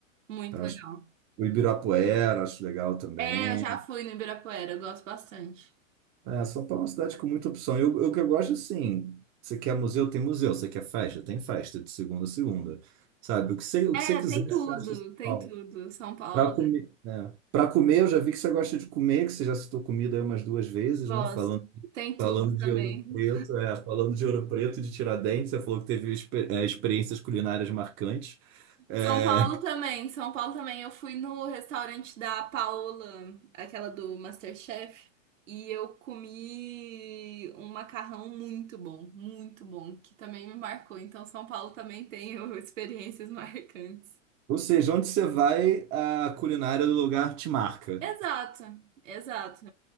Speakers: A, on the right; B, on the right.
A: muito
B: Eu acho
A: legal.
B: o Ibirapuera, acho legal também.
A: É, eu já fui no Ibirapuera, eu gosto bastante.
B: É, São Paulo é uma cidade com muita opção. Eu, eu que eu gosto, assim, você quer museu, tem museu. Você quer festa, tem festa, de segunda a segunda. Sabe, o que você, o
A: É,
B: que você quiser,
A: tem
B: você
A: tudo,
B: acha em São
A: tem
B: Paulo.
A: tudo. São Paulo,
B: Para comer, né? Para comer, eu já vi que você gosta de comer, que você já citou comida aí umas duas vezes,
A: gosto.
B: né? Falando,
A: Tem tudo
B: falando
A: também.
B: de Ouro Preto, é, falando de Ouro Preto e de Tiradentes, você falou que teve expe- é, experiências culinárias marcantes. É,
A: São Paulo também, São Paulo também. Eu fui no restaurante da Paola, aquela do MasterChef, e eu comi um macarrão muito bom, muito bom, que também me marcou. Então, São Paulo também tem <laughs> experiências marcantes.
B: ou seja, onde você vai, a culinária do lugar te marca.
A: Exato, exato.